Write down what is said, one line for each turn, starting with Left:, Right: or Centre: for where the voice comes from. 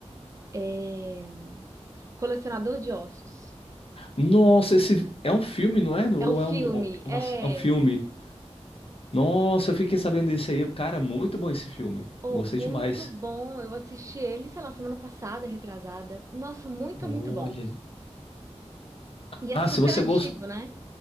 Right: É... Colecionador de Ossos.
Left: Nossa, esse é um filme, não é?
Right: É
Left: Ou
Right: um filme,
Left: é um, uma-
Right: é...
Left: é um filme? Nossa, eu fiquei sabendo desse aí. Cara, muito bom esse filme.
Right: Oh,
Left: Gostei
Right: muito
Left: demais.
Right: bom. Eu assisti ele, sei lá, semana passada, retrasada. Nossa, muito,
Left: Olha.
Right: muito bom. E é
Left: Ah,
Right: super
Left: se você
Right: antigo,
Left: gostou.
Right: né?